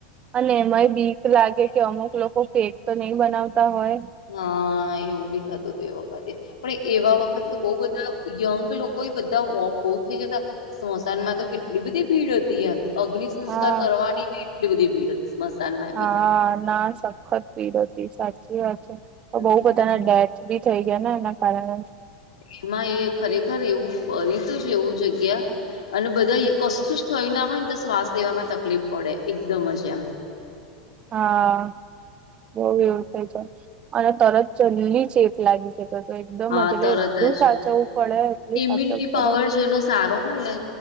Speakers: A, on the right; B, on the left.
A: અને એમાંય બીક લાગે
B: આપણે.
A: કે અમુક લોકો કેક તો નહી બનાવતા હોય
B: હા એવું બી થતું હતું એ વખતે પણ એવા વખતે બો બ ધા યંગ લોકો બધા ઓ બહુ થઈ જતા સ્મશાનમાં તો કેટલી બધી ભીડ હતી એમ અગ્નિ સંસ્કાર
A: હા
B: કરવાની એટલી બધી ભીડ હતી મસાાલમાં.
A: હા ના સખત ભીડ હતી સાચી વાત છે, તો બહુ
B: હમ
A: બધાના ડે બી થઈ ગયાને એના કારણે
B: હ એમાં એ ખરેખર એવું બનીતુંજ એવું જગ્યા અને બધાઇ કશુંજ થયુના હોયને તો શ્વાસ લેવામાં તકલીફ પડે એકદમ જ એમ.
A: હા બહુ એવું થાય છે, અને તરત જલલી ચેપ લાગી જાય. તો તો એકદમ
B: હા
A: જ
B: તરત
A: એટલું
B: જ
A: સાચવવું પડે, એટલું
B: ઇમ્યુનિટી
A: સાચવવું પડે
B: પાવર જેનો સારો હોય ને